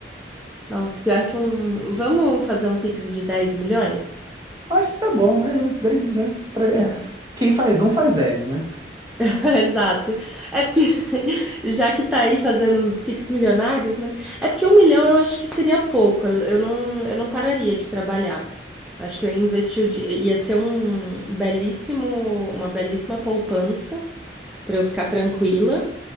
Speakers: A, in the centre; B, on the right.
A: Nossa, pior que um. Vamos fazer um Pix de 10 milhões?
B: Acho que tá bom, né? Dez milhões pra... é,
A: Tá.
B: Quem faz um faz 10, né?
A: <laughs> Exato. É porque, <laughs> já que tá aí fazendo Pix milionários, né? É porque um milhão eu acho que seria pouco. Eu eu não, eu não pararia de trabalhar. Acho que eu investi, o di- ia ser um belíssimo, uma belíssima poupança pra eu ficar tranquila,